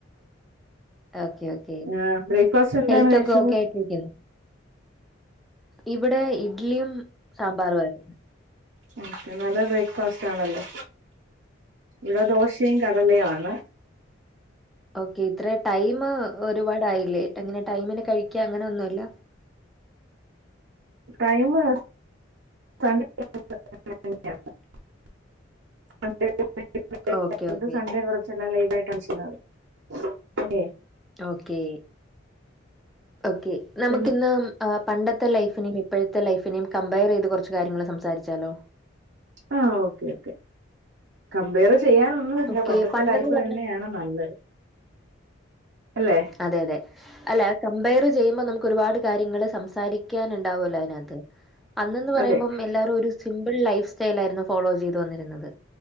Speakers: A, in the centre; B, on the right.
A: ഓക്കേ ഓക്കേ
B: ആഹ് ബ്രേക്ക്ഫാസ്റ്റ് എന്താണ്
A: ഹെൽത്ത്
B: കഴിച്ചത്
A: ഒക്കെ ഓക്കെ ആയിട്ടിരിക്കുന്നു ഇവിടെ ഇഡ്ലിയും സാമ്പാറും ആയിരുന്നു
B: ഓക്കേ നല്ല ബ്രേക്ക്ഫാസ്റ്റ് ആണല്ലോ ഇവിടെ ദോശയും കടലയുആണ്
A: ഉ ഓക്കേ ഇത്ര ടൈം ഒരുപാട് ആയില്ലേ അങ്ങനെ ടൈമിന് കഴിക്ക അങ്ങനെ ഒന്നും ഇല്ല
B: ടൈംമ് <inaudible> സണ്ടേ വേറെ
A: ഓക്കെ ഓക്കെ
B: ഒരു സണ്ടേ ചെല ലൈ ലൈറ്റ് <inaudible>
A: ഓക്കേ ഓക്കേ നമുക്ക
B: പിന്നെ
A: ഇന്ന് പണ്ടത്തെ ലൈഫിനെ ഇപ്പോഴത്തെ ലൈഫിനെ കമ്പയർ ചെയ്ത് കൊറച്ച് കാര്യങ്ങള് സംസാരിച്ചാലോ
B: ആഹ് ഓക്കെ ഓക്കെ കമ്പയറ് ചെയ്യാന് ഒന്നുവില്ല
A: ഓക്കെ.
B: പണ്ടത്തെ
A: പണ്ടെന്ന്
B: ലൈഫ്
A: പറഞ്ഞാ
B: തന്നെ ആണ് നല്ലത് അല്ലെ
A: അതെയതെ അല്ല കമ്പയറ് ചെയ്യുമ്പോ നമുക്കൊരുപാട് കാര്യങ്ങള് സംസാരിക്കാന്ണ്ടാവൊല്ലോ അയിനാത്ത് അന്നെന്ന് പറയുമ്പം
B: അതെ
A: എല്ലാവരും ഒരു സിമ്പിൾ ലൈഫ്സ്റ്റയിലായിരുന്നു ഫോളോ ചെയ്ത് വന്നേ